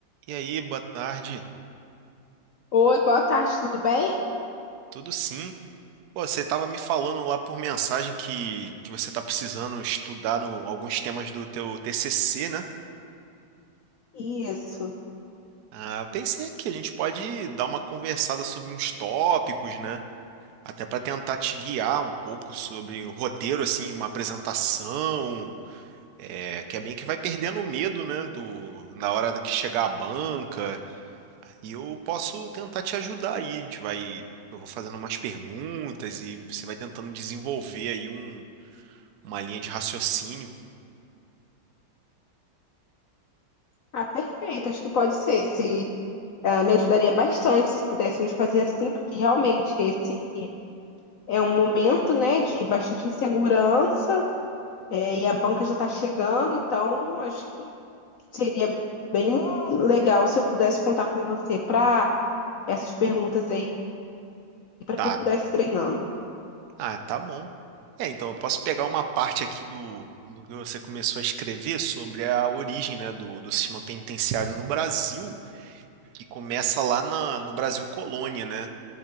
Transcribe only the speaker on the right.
E aí, boa tarde.
Tudo sim? Pô, você tava me falando lá por mensagem que, que você tá precisando estudar no, alguns temas do teu TCC, né?
Ah, eu pensei que a gente pode dar uma conversada sobre uns tópicos, né? Até para tentar te guiar um pouco sobre o roteiro, assim, de uma apresentação, é, que é bem que vai perdendo o medo, né? Do, na hora do que chegar à banca E eu posso tentar te ajudar aí. A gente vai, eu vou fazendo umas perguntas e você vai tentando desenvolver aí um, uma linha de raciocínio.
Tá.
Ah, tá bom. É, então eu posso pegar uma parte aqui do, do que você começou a escrever sobre a origem, né, do, do sistema penitenciário no Brasil, que começa lá na, no Brasil Colônia, né?